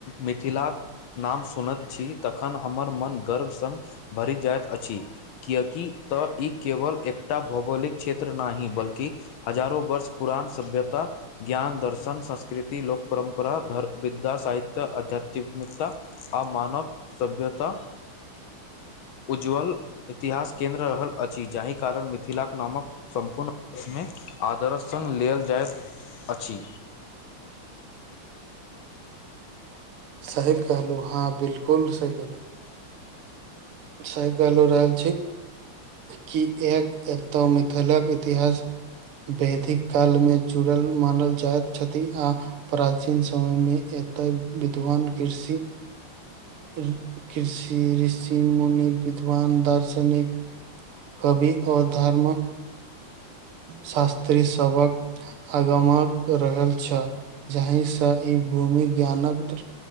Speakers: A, on the left; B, on the right.
A: मिथिलाक नाम सुनैत छी तखन हमर मन गर्व सङ्ग भरि जाइत अछि किएकि तऽ ई केवल एकटा अपनभौगोलिक क्षेत्र नाहि बल्कि हजारो वर्ष पुरान सभ्यता ज्ञान दर्शन संस्कृत कृति ल लोकोकपरम्परा धर विद्या साहित्य अध्यत्म ता आ मानव सभ्यता उज्ज्वल इतिहास केन्द्र रहल अछि जाहि कारण मिथिलाक नामक सम्पूर्णषमे आदरश सङ्ग लेल जाइत अछि
B: सही कहलहुँ हँ बिल्कुल सही कहलहु सहि कहल रहै छि की एक एत मिथिलाक इतिहास वैदिक काल मे जुड़ल मानल जाइत छथि आ प्राचीन समयमे एक विद्वान कृषि कृषि ऋषि मुनि विद्वान दार्शनिक कवि अ धर्म शास्त्री सबक आगमक रहल छल जाहिसँ ई भूमि ज्ञानक